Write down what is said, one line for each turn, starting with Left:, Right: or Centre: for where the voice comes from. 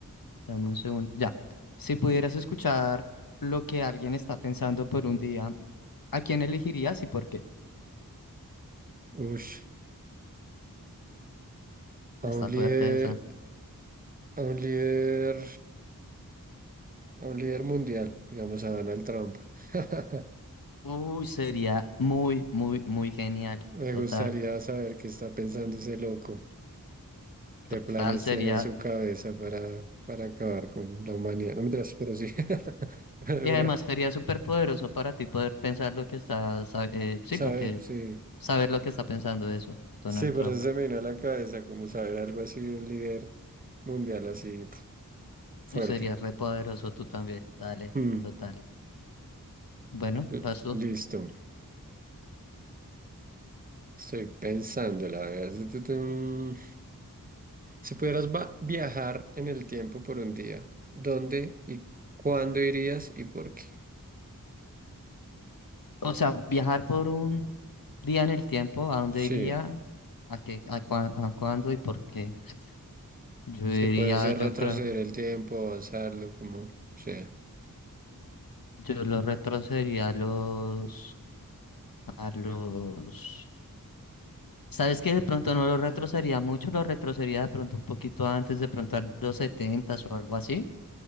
Left: Dame un segundo. Ya. Si pudieras escuchar lo que alguien está pensando por un día, ¿a quién elegirías y por qué?
Right: Ush. A
Left: Está
Right: un
Left: fuerte
Right: líder,
Left: esa.
Right: a un líder, a un líder mundial, digamos a Donald Trump. <laughs>
Left: Uy, sería muy, muy, muy genial.
Right: Me
Left: Total.
Right: gustaría saber qué está pensando ese loco, qué
Left: Total
Right: planes
Left: sería.
Right: tiene en su cabeza para, para acabar con la humanidad. No me pero sí. <laughs> Pero,
Left: Y además
Right: pero,
Left: sería súper poderoso para ti poder pensar lo que está, sa- eh, sí,
Right: saber,
Left: lo que,
Right: sí.
Left: saber lo que está pensando eso, Donald
Right: Sí, por
Left: Trump.
Right: eso se me vino a la cabeza, como saber algo así de un líder mundial así pf, fuerte.
Left: Y sería re poderoso tú también. Dale,
Right: Mm,
Left: total. Bueno,
Right: l-
Left: vas tú.
Right: listo. Estoy pensando, la verdad. Tutum. Si pudieras va- viajar en el tiempo por un día, ¿dónde y cuándo irías y por qué?
Left: O sea, viajar por un día en el tiempo, ¿a dónde
Right: Sí,
Left: iría? ¿A qué, a, cuán- a cuándo y por qué? Yo iría,
Right: sí puede ser
Left: yo
Right: retroceder
Left: creo,
Right: el tiempo, avanzarlo, como sea.
Left: yo lo retrocedería a los, a los, ¿sabes qué? De pronto no lo retrocedería mucho, lo retrocedería de pronto un poquito antes, de pronto a los setentas o algo así,